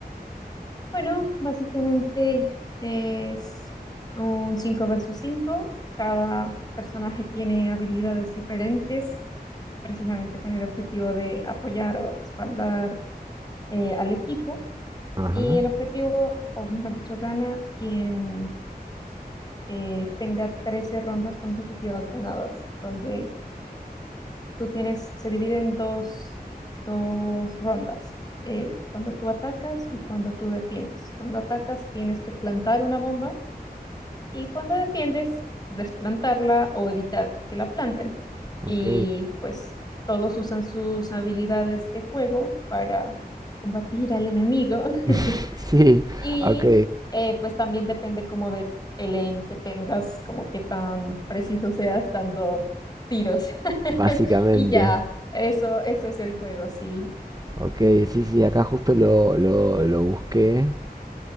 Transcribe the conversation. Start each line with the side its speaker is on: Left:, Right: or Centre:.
Left: Bueno, básicamente es un 5 versus 5. Cada personaje tiene habilidades diferentes, precisamente con el objetivo de apoyar o respaldar eh, al equipo.
Right: Ajá,
Left: Y el objetivo, o mejor dicho, gana quien eh, tenga 13 rondas consecutivas ganadas, donde tú tienes, se divide en dos, dos rondas eh, cuando tú atacas y cuando tú defiendes. Cuando atacas tienes que plantar una bomba y cuando defiendes, desplantarla o evitar que la planten.
Right: ok.
Left: Y pues todos usan sus habilidades de juego para combatir al enemigo. <laughs>
Right: <laughs> Sí,
Left: Y
Right: ok,
Left: eh, pues también depende como de el aim que tengas, como qué tan preciso seas dando tiros. <laughs>
Right: básicamente.
Left: Y ya, eso, eso es el juego, sí.
Right: Ok, sí, sí, acá justo lo, lo, lo busqué.